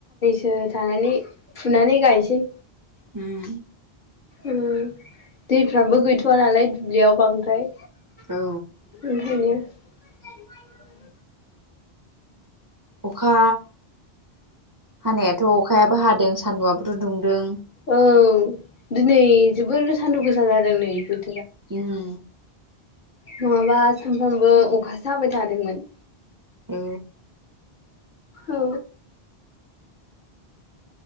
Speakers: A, on the left (about 50°); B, on the right (about 25°).
A: जो थानानै फुनानै गायनोसै
B: उम
A: ओम दैफ्राबो गैथया नालाय दुब्लियाव बांद्राय
B: औ।
A: <unintelligible>
B: अखा हानायाथ' अखायाबो हादों सान्दुयाबोथ दुंदों
A: औ दिनै जोबोर सान्दुं गोसा जादों नै बो
B: उम
A: नंङाबा सानफ्रामबो अखासो हाबाय थादोंमोन
B: औ
A: औ